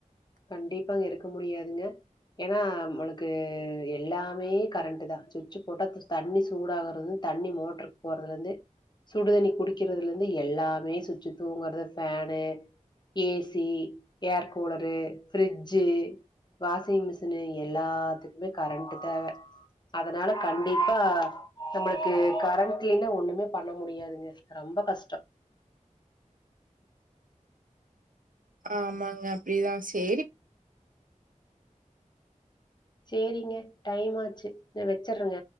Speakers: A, on the left; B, on the right.
A: கண்டிப்பா அங் இருக்க முடியாதுங்க ஏனா நம்மளுக்கு எல்லாமே கரண்ட்டு தா சுச்சு போட்டா தண்ணி சூடாவருது தண்ணி மோட்டர் போட்றதுலருந்து சுடுதண்ணி குடிக்கிறதுலருந்து எல்லாமே சுச்சு தூங்குறது fan AC air cooler fridge washing machine எல்லாத்துக்குமே கரண்ட் தேவ அதனால கண்டிப்பா நம்மளுக்கு கரண்ட் இல்ன ஒண்ணுமே பண்ண முடியாதுங்க ரொம்ப கஷ்டொ
B: ஆமாங்க அப்டிதா சேரி
A: சேரிங்க டைம் ஆச்சு ந வச்சிற்றங்க